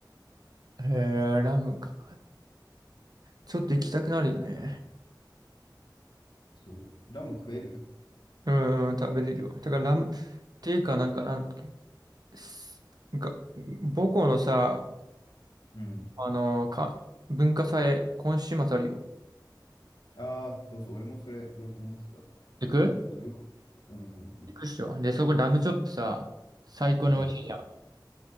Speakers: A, on the right; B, on the left.
A: へえ、ラムか。ちょっと行きたくなるよね。
B: そう。ラム食える
A: うんうん、食べれるよ。だからラム、っていうか、なんか、なんか、すなんか母校のさ、
B: うん。
A: あのか、文化祭、今週末あるよ。
B: ああ、そうそう。俺もそれ言おうと思ってた。
A: 行く
B: 土曜日。うん。い
A: 行くっしょ。で、そこラムチョップさ、最高に美味しいじゃ
B: うん。